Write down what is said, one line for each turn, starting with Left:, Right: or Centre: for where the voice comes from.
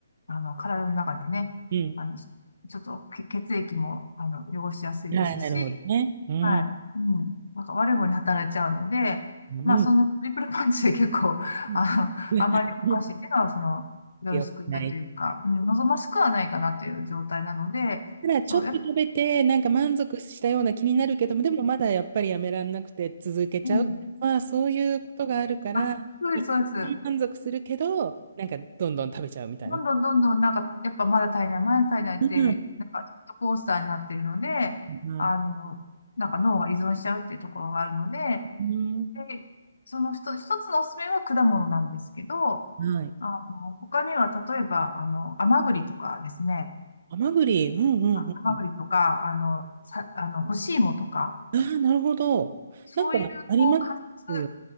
Left: あの、体の中でね、
Right: うん。
Left: あの、ちょっとけ血液も、あの、汚しやすいですし、
Right: はい、なるほどね。うん。
Left: はい。うん。なんか悪い方に働いちゃうので、
Right: うん。
Left: まあ、そのトリプルパンチで結構、<laughs>
Right: うん。
Left: あの、
Right: <laughs>
Left: あまりお菓子っていうのは、その、よろしくないというか、
Right: よくない。
Left: うん、望ましくはないかなという状態なので、
Right: ただちょっと食べて、
Left: そう、やっぱ、
Right: なんか満足したような気になるけども、でもまだやっぱりやめらんなくて続けちゃう。
Left: うん。
Right: まあそういうことがあるから、
Left: あ、そうです、
Right: 一旦満足するけど、
Left: そうです。
Right: なんかどんどん食べちゃうみたいな。
Left: どんどんどんどん、なんか、やっぱまだ足りない、まだ足りないって、
Right: うん
Left: なんか、ジェットコースターになっているので、
Right: はい。
Left: あの、
Right: はい。
Left: なんか脳が依存しちゃうっていうところがあるので、
Right: うん
Left: で、その一つ一つのおすすめは果物なんですけど、
Right: はい。
Left: あの、他には例えば、あの、甘栗とかですね、
Right: ハマグリ、うんうんうん。
Left: あ甘栗とか、あの、さ、あの、干し芋とか、
Right: ああ、なるほど。
Left: そういう、
Right: なんかありますよね。
Left: こう、柑橘、